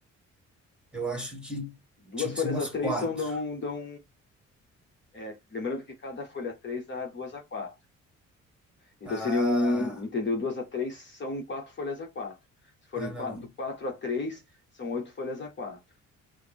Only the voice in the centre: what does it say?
Eu acho que
tinha
que ser umas
quatro.
Ah,
ah,
não.